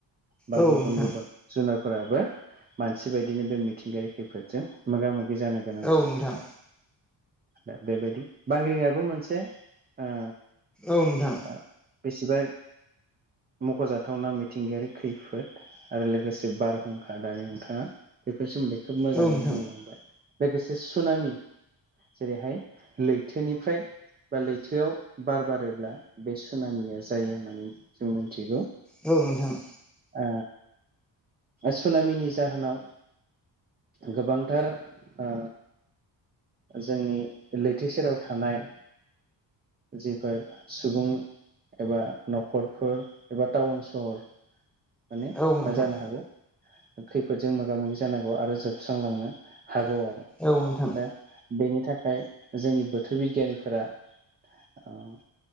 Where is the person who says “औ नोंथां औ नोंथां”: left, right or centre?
Centre